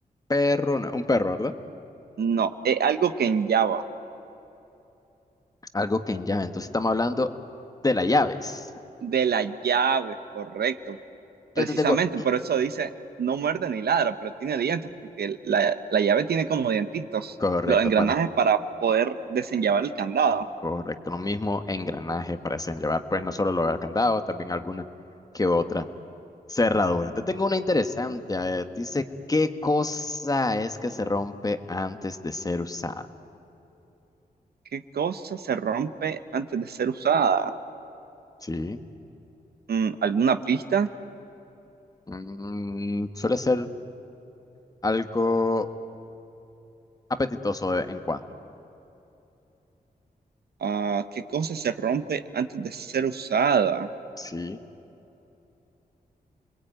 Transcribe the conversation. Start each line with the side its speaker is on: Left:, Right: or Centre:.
Left: perro, no, un perro, ¿verdad?
Right: No, es algo que en Java,
Left: Algo que en llave, entonces estamos hablando de las llaves.
Right: de la llave, correcto. Precisamente
Left: Yo te tengo,
Right: por eso dice, no muerde ni ladra, pero tiene dientes, porque la, la llave tiene como dientitos,
Left: <clears throat> correcto,
Right: los engranajes
Left: para
Right: para poder desenllavar el candado.
Left: Correcto, lo mismo engranajes parecen llevar, pues no solo los candados, también alguna que otra cerradura. Te tengo una interesante, a ver, dice, ¿qué cosa es que se rompe antes de ser usada?
Right: ¿Qué cosa se rompe antes de ser usada?
Left: Sí,
Right: Mm, ¿alguna pista?
Left: mm, suele ser algo apetitoso de vez en cuando.
Right: Ah, ¿qué cosa se rompe antes de ser usada?
Left: Sí,